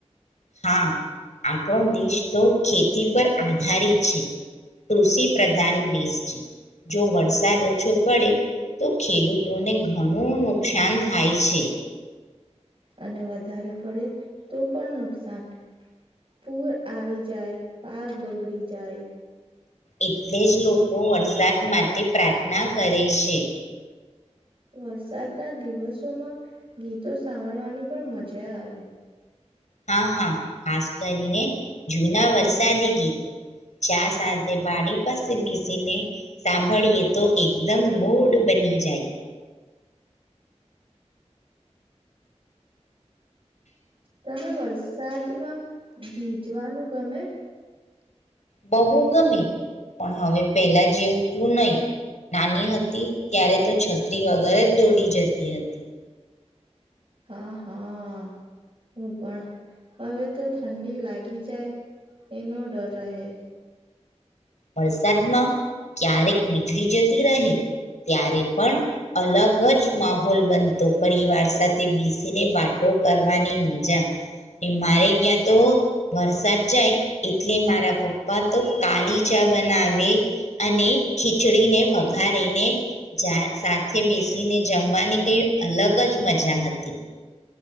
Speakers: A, on the left (about 85°); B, on the right (about 50°).
A: હા આપણો દેશ તો ખેતી પર આધારિત છે. કૃષિ પ્રધાન દેશ છે જો વરસાદ ઓછો પડે તો ખેડૂતોને ઘણું નુકસાન થાય છે.
B: અને વધારે પડે તો પણ નુકસાન, પૂર આવી જાય પાગ બગડી જાય.
A: એટલે જ લોકો વરસાદ માટે પ્રાર્થના કરે છે.
B: વર સાતના દિવસોમાં ગીતો સાંભળવાની પણ મજા આવે.
A: હા હા. ખાસ કરીને જૂના વરસાદી ગીતો ચા સાથે બાડી પાસે બેસીને સાંભળીએ તો એકદમ મૂડ બની જાય.
B: તમે વરસાદમાં ભીજવાનું ગમે?
A: બહુ ગમે પણ હવે પેલા જેવટલું નહી નાની હતી ત્યારે તો છત્રી વગર જ દોડી જતી હતી.
B: હા હા હું પણ હવે તો ઠંડી લાગી જાય એનો ડર રહે.
A: વરસાદમાં ક્યારેક વીજળી જતી રહે ત્યારે પણ અલગ જ માહોલ બનતો પરિવાર સાથે બેસીને વાતો કરવાની મજા, મારે ગ્યાં તો વરસાદ જાય એટલે મારા પપ્પા તો કાલી. ચા બનાવે અને ખીચડીને વઘારીને ચા સાથે બેસીને જમવાની કઈ અલગ જ મજા હતી.